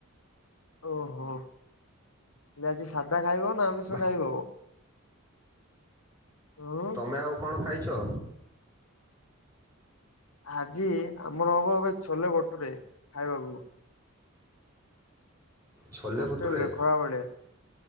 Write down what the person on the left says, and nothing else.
ଓହୋ ଆଜି ସାଧା ଖାଇବ ନା ଆମିଷ
ଖାଇବ? ଉୁଁ।
ଆଜି ଆମର ହବ ଏବେ ଛୋଲେ ବଟୁ ରେ ଖାଇବାକୁ।
ହଷ୍ଟେଲରେ
ଖରାବେଳେ